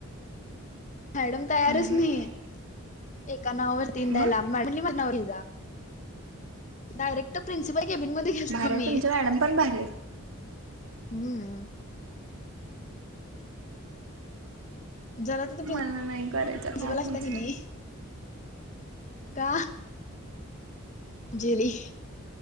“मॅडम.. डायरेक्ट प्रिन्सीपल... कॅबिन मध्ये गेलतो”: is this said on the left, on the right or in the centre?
Left